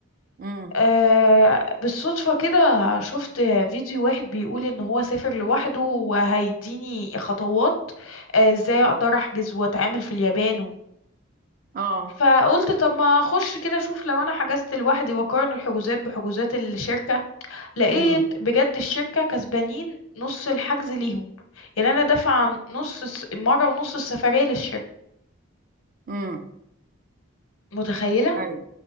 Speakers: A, on the right; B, on the left.
A: امم
B: آه، بالصدفة كده شفت فيديو واحد بيقول ان هو سافر لوحده وهيديني خطوات آه، ازاي اقدر
A: امم
B: احجز واتعامل في اليابان و-
A: اه
B: فقلت طب ما اخش كده اشوف لو انا حجزت لوحدي واقارن الحجوزات بحجوزات الشركة لقيت
A: امم
B: بجد الشركة كسبانين نص الحجز ليهم يعني انا دافعة نص الس- مرة ونص السفرية للشركة
A: امم
B: متخيلة؟
A: ايوه